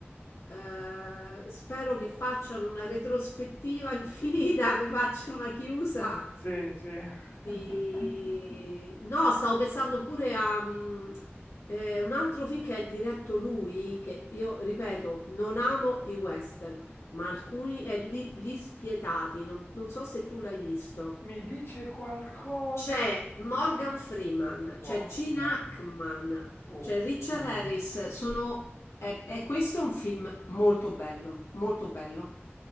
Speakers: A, on the left; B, on the left.
A: eh, spero che facciano una retrospettiva <laughs> infinita, mi faccio una chiusa
B: Sì, sì.
A: di-
B: <laughs>
A: No, stavo pensando pure a mm, eh, un altro film che è diretto lui, che io ripeto, non amo i western, ma alcuni è Gli, Gli Spietati, non, non so se tu l'hai visto.
B: Mi dice qualcosa?
A: C'è Morgan Freeman,
B: Wow,
A: c'è Gene Mm. Hackman,
B: oh,
A: c'è Richard Ah, Harris. Sono... E, e questo è un film molto bello, molto bello.